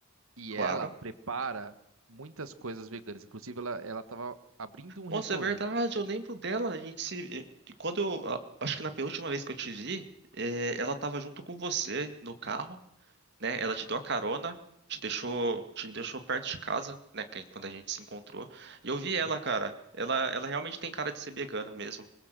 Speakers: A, on the right; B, on the right.
A: e
B: claro.
A: ela prepara muitas coisas veganas. Inclusive, ela, ela tava abrindo um restaurante.
B: Nossa, é verdade, eu lembro dela. A gente se. Quando eu. a- Acho que na penúltima vez que eu te vi, é, ela tava junto com você no carro, né? Ela te deu a carona, te deixou, te deixou perto de casa, né? que- Quando a gente se encontrou. E eu vi ela,
A: Uhum.
B: cara. Ela, ela realmente tem cara de ser vegana mesmo.